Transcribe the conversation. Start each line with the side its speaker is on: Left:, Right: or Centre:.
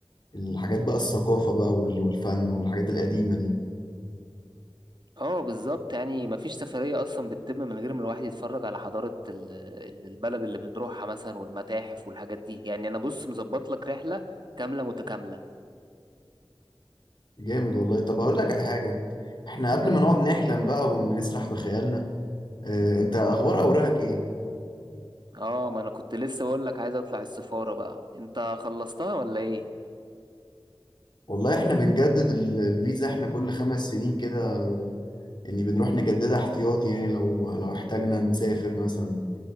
Left: الحاجات بقى الثقافة بقى وال... والفن والحاجات القديمة دي
Right: اه بالظبط يعني مفيش سفرية أصلا بتتم من غير ما الواحد يتفرج على حضارة ال- ال- البلد اللي بنروحها مثلا والمتاحف والحاجات دي يعني أنا بص مظبط لك رحلة كاملة متكاملة
Left: جامد والله طب هقول لك على حاجة احنا قبل ما نقعد نحلم بقى ونسرح بخيالنا آه، انت اخبار اوراقك ايه
Right: اه ما أنا كنت لسه بقول لك عايز أطلع السفارة بقى أنت خلصتها ولا إيه؟
Left: والله احنا بنجدد ال- الفيزا احنا كل خمس سنين كده يعني بنروح نجددها احتياطي يعني لو لو احتاجنا نسافر مثلا